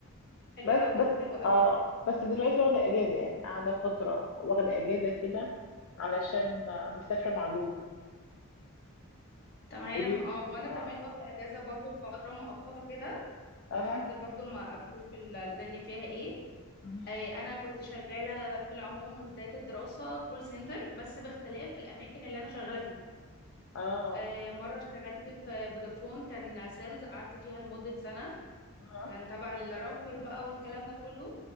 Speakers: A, on the left; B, on the left.
A: حلو
B: بس
A: قوي
B: بس
A: حلو قوي
B: اه بس دلوقتي واخدة أجازة يعني قاعدة فترة واخدة أجازة كده علشان آه، مسافرة مع جوزي
A: تمام
B: قولي
A: اه وانا
B: اه
A: كمان واخدة اجازة برضو لفترة مؤقتة كده لحد
B: اه
A: برضو ما اشوف ال- الدنيا فيها ايه
B: مهم.
A: آه، انا كنت شغاله في العموم من بدايه الدراسه كول سنتر بس باختلاف الاماكن اللي انا شغاله فيها
B: اه
A: آه، مره اشتغلت في فودافون كان سيلز قعدت فيها لمده سنه
B: اه
A: كان تبع الراوتر بقى والكلام ده كله